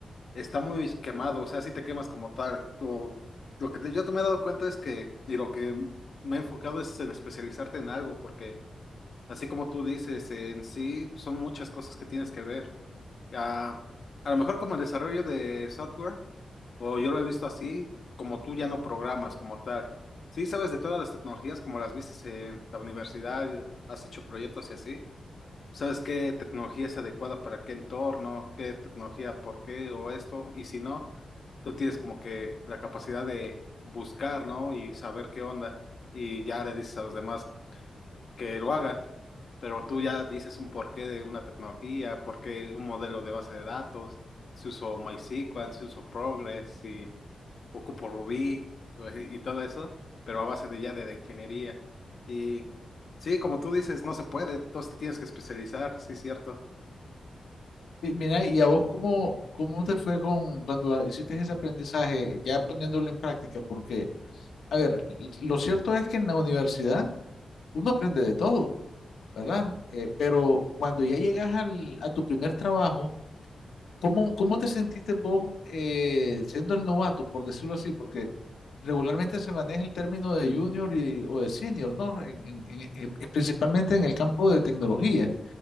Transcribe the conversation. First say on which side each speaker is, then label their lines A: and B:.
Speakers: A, on the left (about 50°); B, on the left (about 85°).
A: está muy quemado, o sea, si te quemas como tal. Lo, lo que te- yo te me he dado cuenta es que, y lo que me he enfocado es en especializarte en algo, porque así como tú dices, en sí son muchas cosas que tienes que ver. Ah, a lo mejor como el desarrollo de software. O yo lo he visto así, como tú ya no programas como tal. Sí, sabes de todas las tecnologías, como las viste en la universidad, has hecho proyectos y así. ¿Sabes qué tecnología es adecuada para qué entorno, qué tecnología por qué o esto? Y si no, tú tienes como que la capacidad de buscar, ¿no? Y saber qué onda. Y ya le dices a los demás que lo hagan. Pero tú ya dices un porqué de una tecnología, por qué un modelo de base de datos, si uso MySQL, si uso Progress, si ocupo Rubí y todo eso, pero a base de ya de, de ingeniería. Y sí, como tú dices, no se puede, entonces te tienes que especializar, sí, cierto.
B: Y mira, ¿y a vos cómo, cómo te fue con cuando hiciste ese aprendizaje, ya poniéndolo en práctica? Porque, a ver, lo cierto es que en la universidad uno aprende de todo. ¿verdad? Eh, pero cuando ya llegas al, a tu primer trabajo, ¿cómo, cómo te sentiste vos eh, siendo el novato, por decirlo así? Porque regularmente se maneja el término de junior y- o de senior, ¿no? En- en- en- eh, eh, principalmente en el campo de tecnología.